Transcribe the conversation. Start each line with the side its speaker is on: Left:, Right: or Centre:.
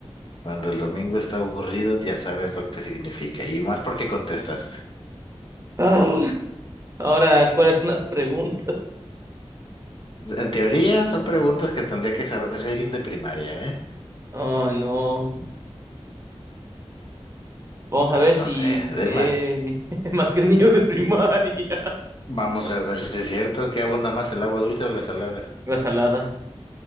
Left: cuando el domingo está aburrido ya sabes lo que significa, y más porque contestas.
Right: Ah, ahora, ¿cuáles son las preguntas?
Left: En teoría son preguntas que tendría que saber alguien de primaria, ¿eh?
Right: Oh, no. Vamos
Left: Ay,
Right: a ver
Left: no
Right: si
Left: sé, es
Right: sé
Left: más,
Right: <laughs> más que el niño de primaria.
Left: vamos a ver si es cierto que abunda más el agua dulce o la salada.
Right: La salada.